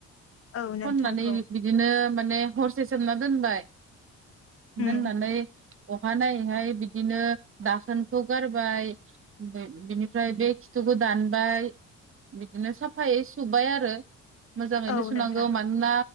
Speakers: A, on the left; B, on the right.
A: औ नोंथां
B: होननानै
A: औ
B: बिदिनो माने हरसे सोमना दोनबाय
A: उम
B: दौनानै अहानायनायैहाय बिदिनो दाखोनखौ गारबाय बिनिफ्राय बे खिथुखौ दानबाय बिदिनो साफायै सुबाय आरो मोजाङैनो
A: औ
B: सुनांगौ
A: नोंथां
B: मा ना